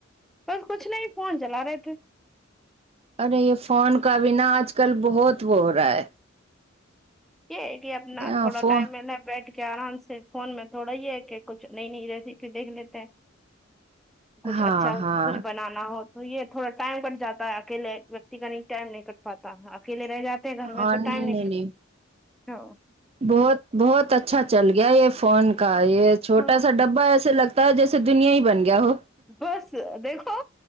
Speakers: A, in the centre; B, on the right.
A: بس کچھ نہیں فون چلا رہے تھے
B: ارے یہ فون کا بنا آج کل بہت وہ ہو رہا ہے
A: یہ ہے کہ اپنا
B: ہے
A: تھوڑا
B: فون
A: ٹائم ہے نہ بیٹھ کہ آرام سے فون میں تھوڑا یہ ہے کہ کچھ نئی نئی ریسیپی دیکھ لیتے ہیں کچھ
B: ہاں
A: اچھا
B: ہاں
A: کچھ بنانا ہو تو یہ تھوڑا ٹائم کٹ جاتا ہے اکیل ویکتی کا ن ٹائم نہیں کٹ پاتا اکیلے رہ جات گھر
B: اور
A: میں تو
B: نہیں
A: ٹائم نکل
B: نہیں
A: ہاں
B: بہت بہت اچھا چل گیا یہ فون کا یہ چھوٹا
A: ہاں
B: سا ڈبا ایسے لگ تا ہے جیسے دنیا ہی بن گیا ہو
A: بس دیکھو